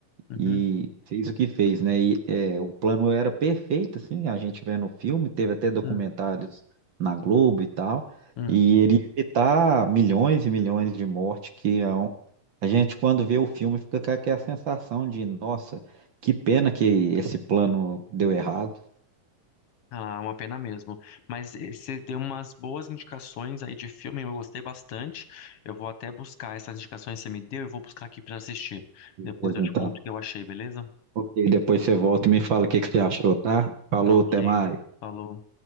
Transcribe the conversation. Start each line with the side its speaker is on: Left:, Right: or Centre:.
Left: uhum,
Right: e fez o que fez, né? E é, o plano era perfeito, assim, a gente vendo o filme, teve até documentários
Left: hum,
Right: na Globo e tal,
Left: hum.
Right: e ele ia evitar milhões e milhões de mortes, que é um- a gente, quando vê o filme, fica com aquela sensação de, nossa, que pena que esse plano deu errado.
Left: Ah, uma pena mesmo. Mas eh, você deu umas boas indicações aí de filme, eu gostei bastante. Eu vou até buscar essas indicações que você me deu, eu vou buscar aqui para assistir. Depois
Right: Beleza,
Left: eu te
Right: então.
Left: conto o que eu achei, beleza?
Right: Ok, depois você volta e me fala o que que você achou, tá? Falou,
Left: Tá ok.
Right: até mais.
Left: Falou.